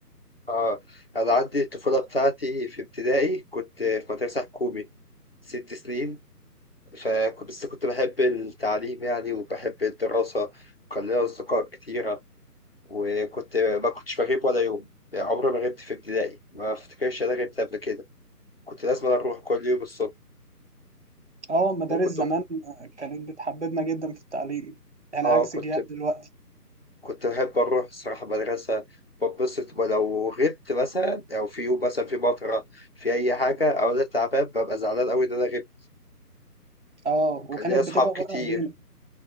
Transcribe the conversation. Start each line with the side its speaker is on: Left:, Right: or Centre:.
Left: اه أنا عندي الطفولة بتاعتي في ابتدائي كنت في مدرسة حكومي ست سنين فكنت بس كنت بحب التعليم يعني وبحب الدراسة وكان لي أصدقاء كتيرة وكنت ما كنتش بغيب ولا يوم يعني عمري ما غبت في ابتدائي ما أفتكرش أنا غبت قبل كده كنت لازم أروح كل يوم الصبح
Right: اه مدارس
Left: وكنت
Right: زمان كانت بتحببنا جدا في التعليم يعني
Left: آه
Right: عكس
Left: كنت
Right: جيال دلوقتي
Left: كنت بحب أروح الصراحة مدرسة ببسط ولو غبت مثلا أو في يوم مثلا في مطرة في أي حاجة أو أنا تعبان ببقى زعلان أوي إن أنا غبت
Right: اه وكانت
Left: كان ليا أصحاب
Right: بتبقى
Left: كتير
Right: بره ايدينا